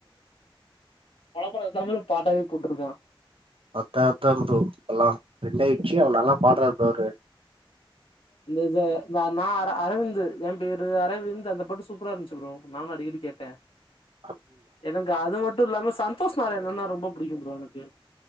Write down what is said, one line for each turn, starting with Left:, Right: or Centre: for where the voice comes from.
Left: பொலம்புறத தான அவே பாட்டாவே போட்ருக்கா
Right: அதா அதா ப்ரோ எல்லா டிரெண்ட் ஆயிடுச்சி ஆனா நல்லா பாடுறாரு ப்ரோ அவரு
Left: இந்த இத இந்த நா அர அரவிந்த் ஏ பேரு அரவிந்த் அந்த பாட்டு சூப்பரா இருந்துச்சு ப்ரோ நானு அடிக்கடி கேட்டே
Right: <inaudible>
Left: எனக்கு அது மட்டு இல்லாம சந்தோஷ் நாராயணன்னா ரொம்ப பிடிக்கு ப்ரோ எனக்கு